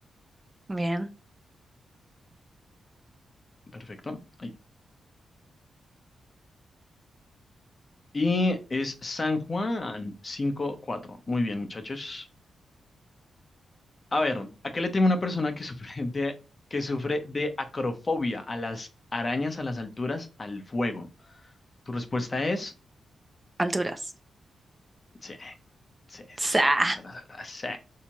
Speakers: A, on the right; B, on the left.
A: Bien.
B: perfecto. Ahí. Y es San Juan, cinco cuatro Muy bien, muchachos. A ver, ¿a qué le teme una persona que sufre de, que sufre de acrofobia? A las arañas, a las alturas, al fuego. Tu respuesta es,
A: Alturas.
B: sí, sí, sí, sí,
A: Sa.
B: sí, sí.